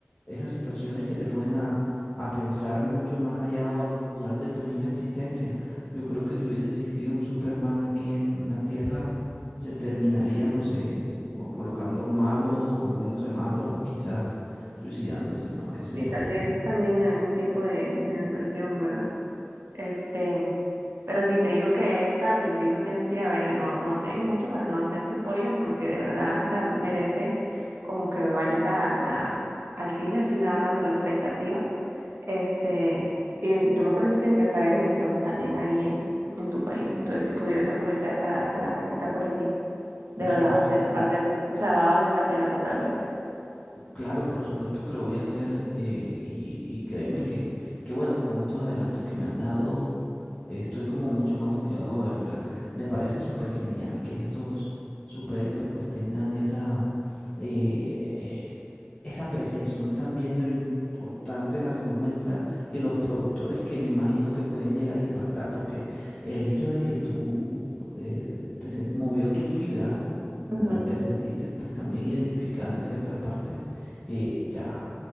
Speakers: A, on the left; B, on the right.
A: esas situaciones que te ponen a, a pensar mucho más allá o a dudar de tu misma existencia. Yo creo que si hubiese existido un Superman aquí en la Tierra, se terminaría, no sé, s- o colocando malo o volviéndose malo o quizás suicidándose, no, qué sé
B: y
A: yo.
B: tal
A: <laughs>
B: vez también en algún tipo de, de depresión, ¿verdad? Este, pero si te digo que esta de fijo tienes que ir a verla, no, no te digo mucho para no hacerte spoilers, porque de verdad, o sea, merece como que vayas a, a- al cine, así nada más a la expectativa. Este, y en- yo creo que ahorita tiene que estar en emisión también ahí en, en tu país, entonces si pudieras aprovechar para darte la vueltita por el cine, de
A: Por
B: verdad
A: supuesto
B: va a ser,
A: que no.
B: va a ser, o sea, va a valer la pena totalmente.
A: Claro, por supuesto que lo voy a hacer eh, y, y créeme que, que, bueno, con estos adelantos que me han dado, eh, estoy como mucho más motivado a vérmela. Me parece súper genial que estos superhéroes pues tengan esa, eh, esa apreciación también de lo importante la salud mental y los productores que me imagino que pueden llegar a impactar, porque el hecho de que tú eh, te sen- movió tus fibras, ¿verdad?
B: Ujú.
A: Te sentiste pues también identificada en ciertas partes eh, ya